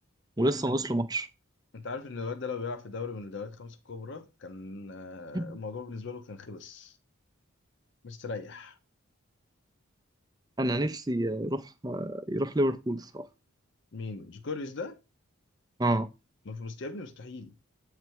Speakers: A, on the right (about 15°); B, on the left (about 55°).
A: ولسه
B: أنت
A: ناقص له ماتش
B: أنت عارف إن الواد ده لو بيلعب في دوري من الدوريات الخمس الكبرى كان آه،
A: <laughs>
B: الموضوع بالنسبة له كان خلص مستريح
A: انا نفسي يروح يروح ليفربول الصراحه
B: مين جوكوريس ده
A: اه
B: ما في مست- يا ابني مستحيل